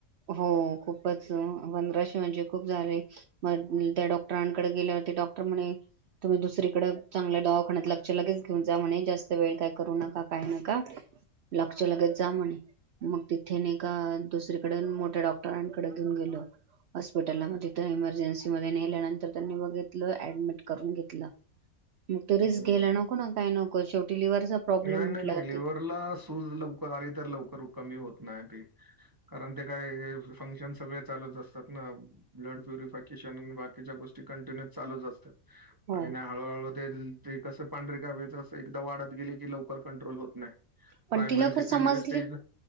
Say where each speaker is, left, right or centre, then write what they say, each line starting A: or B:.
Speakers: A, on the right; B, on the right.
A: हो. खूपच पधराशे म्हणजे खूप झाले म त्या डॉ डाॅक्टरांकडे गेल्यावरती डॉक्टर म्हणे तुम्ही दुसरीकडे चांगल्या दवाखान्यात लक्ष लगेच घेऊन जा म्हणे जास्त वेळ काय करू नका काय नका लक्ष लगत जा म्हणे मग तिथे नाही का दुसरीकड मोठ्या डॉक्टरांकडे घेऊन गेल हॉस्पिटलला म तिथं इमर्जनसिध्ये नेल्यानंतर त्यागी बघितल अडमिट करून घेतलं म
B: हम्म.
A: ते रिस्क घ्यायला नको ना काय नको शेवटी लिव्हरचा प्रॉब्लेम
B: नाही
A: म्हटल्यावरती
B: नाही नाही लिव्हरला सूज लवकर आली तर लवकर कमी होत नाही त कारण ते का फंक्शन सगळे चालुच असतात ना ब्लड प्युरिफिकेशन बा गोष्टी कंटिन्य चालूच असात
A: हो
B: आणि हळूहळू ते ते कसं पांढरे कावीळच अस एकदा वाढत गेले की लवकर कंट्रोल होत नाही.
A: पण
B: प्रायमरी
A: तिला लवकर
B: सेकंडरी
A: समजलीत
B: स्टेजला